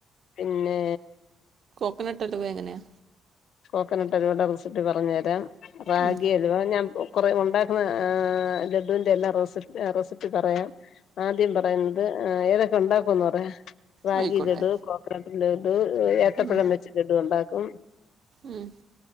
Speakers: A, on the left (about 70°); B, on the right (about 55°).
A: പിന്നെ
B: ക്കനട്ട് അൽവ എങ്ങനെയാ?
A: കോക്കനട്ട് അലുവയുടെ റെസിപ്പി പറഞ്ഞു തരാം. റാഗിയ
B: ഉം
A: അലുവ ഞാൻ കൊറ ഉണ്ടാക്കുന്ന ങആ ലഡുവിന്റെ എല്ലാം റെസി റെസിപ്പി പറയാം ആദ്യം പറയുന്നത് ങേ ഏതൊക്കെ ഉണ്ടാ ക്കുന്ന് പറയാ റാഗി
B: ആയിക്കോട്ടെ
A: ലഡു, കോക്കനട്ട് ലഡു, ഏത്തപ്പഴം
B: ഉം
A: വെച്ച് ലഡു ഉണ്ടാക്കും.
B: ഉം